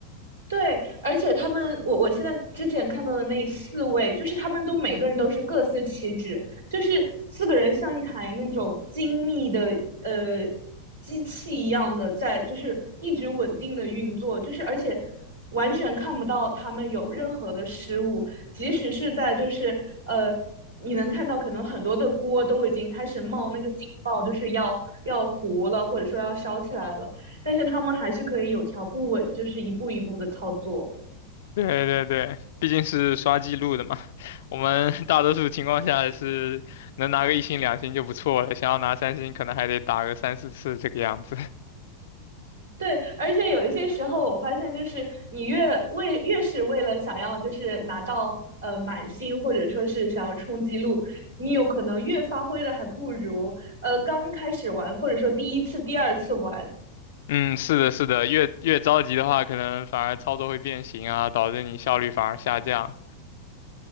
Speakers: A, on the right; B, on the left.
A: 对，而且他们，我我现在之前看到的那四位，就是他们都每个人都是各司其职，就是四个人像一台那种精密的呃机器一样的在，就是一直稳定的运作，就是而且完全看不到他们有任何的失误，即使是在就是呃，你能看到可能很多的锅都已经开始冒那个警报，就是要要糊了，或者说要烧起来了。但是他们还是可以有条不紊，就是一步一步的操作。
B: 对对对，毕竟是刷记录的嘛。我们大多数情况下是能拿个一星两星就不错了，想要拿三星可能还得打个三四次这个样子。
A: 对，而且有一些时候，我发现就是你越为越是为了想要就是拿到呃满星，或者说是想要冲击录，你有可能越发挥的还不如呃刚开始玩，或者说第一次、第二次玩，
B: 嗯，是的，是的，越越着急的话，可能反而操作会变形啊，导致你效率反而下降